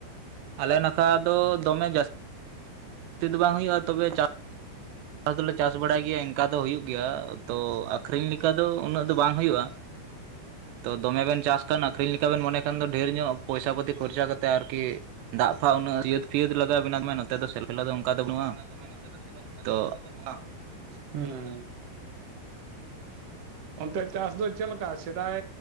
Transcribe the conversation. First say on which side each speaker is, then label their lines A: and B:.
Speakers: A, on the right; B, on the right.
A: ᱟᱞᱮ ᱱᱟᱠᱟ ᱫᱚ ᱫᱚᱢᱮ ᱡᱟᱥ ᱛᱤ ᱫᱚ ᱵᱟᱝ ᱦᱩᱭᱩᱜᱼᱟ ᱛᱚᱵᱮ ᱪᱟᱥ ᱫᱚᱞᱮ ᱪᱟᱥ ᱵᱟᱲᱟᱭ ᱜᱮᱭᱟ ᱮᱱᱠᱟ ᱫᱚ ᱦᱩᱭᱩᱜ ᱜᱮᱭᱟ᱾ ᱛᱚ ᱟᱹᱠᱷᱨᱤᱧ ᱞᱮᱠᱟ ᱫᱚ ᱩᱱᱟᱹᱜ ᱫᱚ ᱵᱟᱝ ᱦᱩᱭᱩᱜᱼᱟ ᱛᱚ ᱫᱚᱢᱮ ᱵᱮᱱ ᱪᱟᱥ ᱠᱟᱹᱱ
B: ᱦᱩᱸ
A: ᱟᱹᱠᱷᱨᱤᱧ ᱞᱮᱠᱟᱵᱮᱱ ᱢᱚᱱᱮ ᱠᱷᱟᱱ ᱫᱚ ᱰᱷᱮᱨ ᱧᱚᱜ ᱯᱚᱭᱥᱟ ᱯᱟᱹᱛᱤ ᱠᱷᱚᱨᱪᱟ ᱠᱟᱛᱮ ᱟᱨᱠᱤ ᱫᱟᱜ ᱯᱷᱟᱜ ᱩᱱᱟᱹᱜ ᱥᱤᱭᱟᱹᱛ ᱥᱤᱭᱟᱹᱛ ᱞᱟᱜᱟᱣ ᱵᱮᱱᱟ <unintelligible> ᱱᱚᱛᱮ ᱫᱚ <unintelligible> ᱚᱝᱠᱟ ᱫᱚ ᱵᱟᱹᱱᱩᱜᱼᱟ᱾
B: ᱱᱚᱛᱮ ᱫᱚ ᱥᱮᱞᱚ ᱯᱷᱮᱞᱳ ᱫᱚ
A: ᱛᱚ
B: ᱚᱱᱠᱟ ᱫᱚ ᱵᱟᱹᱱᱩᱜᱼᱟ, ᱩᱸ᱾ ᱚᱱᱛᱮ ᱪᱟᱥ ᱫᱚ ᱪᱮᱞᱠᱟ? ᱥᱮᱫᱟᱭ